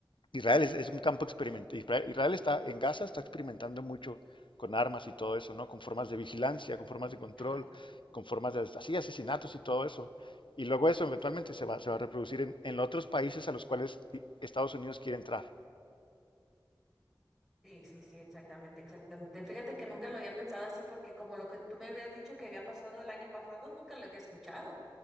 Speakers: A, on the left (about 80°); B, in the centre.
A: Israel es, es un campo experimental. Israel Israel está en Gaza, está experimentando mucho con armas y todo eso, ¿no? Con formas de vigilancia, con formas de control,
B: ajá,
A: con formas de así, asesinatos y todo eso. Y luego eso eventualmente se va, se va a reproducir en, en otros países a los cuales i- Estados Unidos quiere entrar.
B: sí, sí, sí, exactamente, exactamente. Fíjate que nunca lo había pensado así porque como lo que tú me habías dicho que había pasado el año pasado, nunca lo había escuchado.